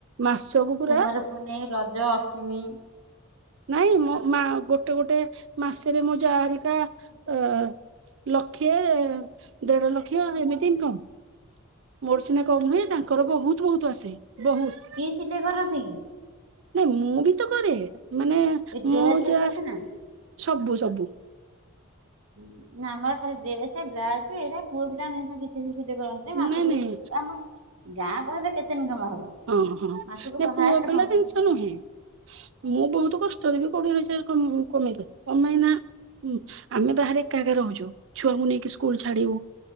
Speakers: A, on the right; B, on the right.
A: ମାସକୁ ପୁରା
B: କୁମାର ପୁନେଇ ରଜ ଅଷ୍ଟିମୀ
A: ନାଇଁ ମୋ ମା ଗୋଟେ ଗୋଟେ ମାସେରେ ମୋ ଯା ହେରିକା ଆ ଲକ୍ଷେ ଦେଢଲକ୍ଷ ଆରେ ଏମିତି ଇନକମ୍। ମୋର ସିନା କମ୍ ହୁଏ ତାଙ୍କର ବୋହୁତ ବୋହୁତ ଆସେ ବୋହୁତ।
B: କି ସିଲେଇ କରନ୍ତି କି?
A: ନାଇଁ ମୁଁ ବି ତ କରେ ମାନେ
B: ଏ ଡ୍ରେସ
A: ମୋ ଯା
B: ଫ୍ରେସ ନା
A: ସବୁ ସବୁ।
B: ହୁଁ ନା ଆମର ଖାଲି ଡ୍ରେସେ ବ୍ଲାଉଜ ଏଇରା ପୁଅ ପିଲାଙ୍କ ଜିନିଷ କିଛି ସିଏ ସିଲେଇ କରନ୍ତ୍ ସେ ମାସୁକୁ
A: ନାଇଁ ନାଇଁ
B: ଆମ ଗାଁ ଗହଳିରେ କେତେ ଇନକମ ହବ।
A: ଅଁ ହଁ
B: ମାସକୁ
A: ନା
B: ହାଏଷ୍ଟ
A: ପୁଅ ପିଲା
B: ପନ୍ଦର
A: ଜିନିଷ
B: ହଜାର
A: ନୁହେଁ। ମୁଁ ବୋହୁତୁ କଷ୍ଟରେ ବି କୋଡିଏ ହଜାର କମେଇ କମେଇ ପାରେ ତମେ ଏଇନା ଉଁ ଆମେ ବାହାରେ ଏକା ଏକା ରହୁଚୁ ଛୁଆଙ୍କୁ ନେଇକି ସ୍କୁଲ ଛାଡିବୁ।